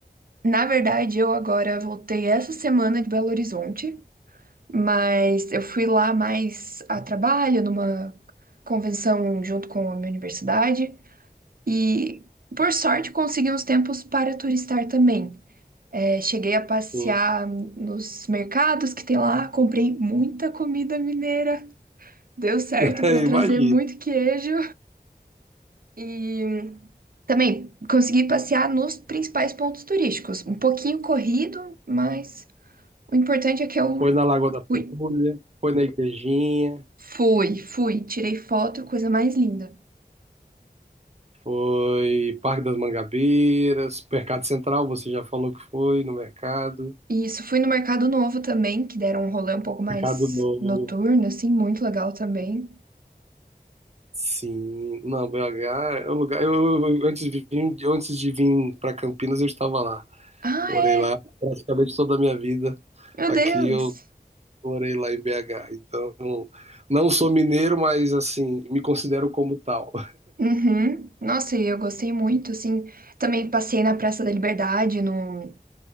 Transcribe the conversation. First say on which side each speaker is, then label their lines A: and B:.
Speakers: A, on the right (about 60°); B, on the right (about 40°).
A: Na verdade, eu agora voltei essa semana de Belo Horizonte, mas eu fui lá mais a trabalho, numa convenção junto com a minha universidade, e por sorte consegui uns tempos para turistar também. É, cheguei a passear
B: Hum.
A: nos mercados que tem lá, comprei muita comida mineira, deu certo
B: <laughs> É,
A: para trazer
B: Imagina.
A: muito queijo e Também consegui passear nos principais pontos turísticos. Um pouquinho corrido, mas o importante é que eu
B: Foi na Lagoa da Pampulha,
A: fui.
B: foi na Igrejinha,
A: Fui, fui, tirei foto, coisa mais linda.
B: foi Parque das Mangabeiras, Mercado Central, você já falou que foi no mercado.
A: E isso, fui no Mercado Novo também, que deram um rolê um pouco mais
B: Mercado Novo.
A: noturno, assim, muito legal também.
B: Sim, não, BH é um lugar. Eu, eu- eu- antes de vir, antes de vir para Campinas, eu estava lá.
A: Ah,
B: Morei
A: é!
B: lá praticamente toda a minha vida.
A: Meu
B: Aqui
A: Deus!
B: eu morei lá em BH. Então, não sou mineiro, mas assim, me considero como tal.
A: Uhum. Nossa, e eu gostei muito, assim. Também passei na Praça da Liberdade, no